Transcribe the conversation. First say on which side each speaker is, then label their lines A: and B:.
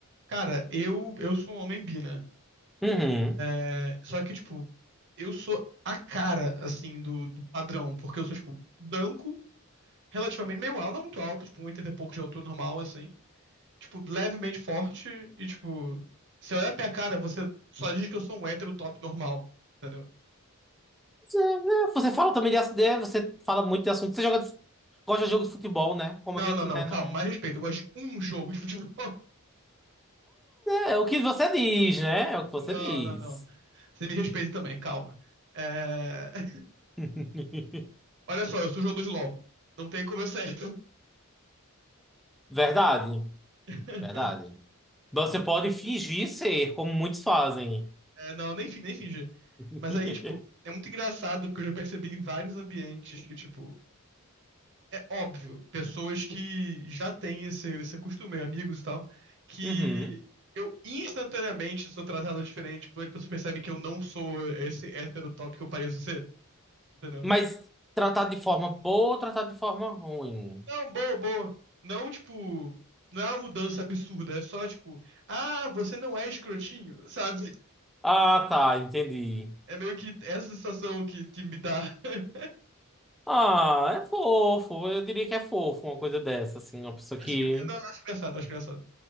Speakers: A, on the right; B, in the centre.
A: Cara, eu, eu sou um homem bi, né?
B: Uhum.
A: É, só que, tipo, eu sou a cara, assim, do, do padrão, porque eu sou, tipo, branco, relativamente meio alto, não muito alto, tipo, 1,80 e pouco de altura normal, assim. Tipo, levemente forte e, tipo, você olha pra minha cara, você só diz que eu sou um hétero top normal, entendeu?
B: Você, né, você fala também de assunto, você fala muito de assunto. Você joga, de- gosta de jogo de futebol, né? Como
A: Não,
B: a gente,
A: não, não,
B: né,
A: calma,
B: não...
A: mais respeito, eu gosto de um jogo de futebol. <laughs>
B: É, é o que você diz, né? É o que você
A: Não,
B: diz.
A: não, não. Você me respeita também, calma. É... <laughs>
B: <laughs>
A: Olha só, eu sou jogador de LoL. Não tem como eu ser hétero.
B: Verdade,
A: <laughs>
B: verdade. Você pode fingir ser, como muitos fazem.
A: É, não, nem, fi- nem fingi.
B: <laughs>
A: Mas aí, tipo, é muito engraçado porque eu já percebi em vários ambientes que, tipo, é óbvio, pessoas que já têm esse, esse costume, amigos e tal, que
B: Uhum.
A: eu instantaneamente sou tratado diferente quando as pessoas percebem que eu não sou esse hétero top que eu pareço ser, entendeu?
B: Mas tratado de forma boa ou tratado de forma ruim?
A: Não, boa, boa. Não, tipo, não é uma mudança absurda, é só, tipo, ah, você não é escrotinho, <laughs> sabe?
B: Ah, tá, entendi.
A: É meio que essa sensação que, que me dá. <laughs>
B: Ah, é fofo. Eu diria que é fofo uma coisa dessa, assim, uma pessoa que.
A: Acho, engra- não, acho engraçado, acho engraçado.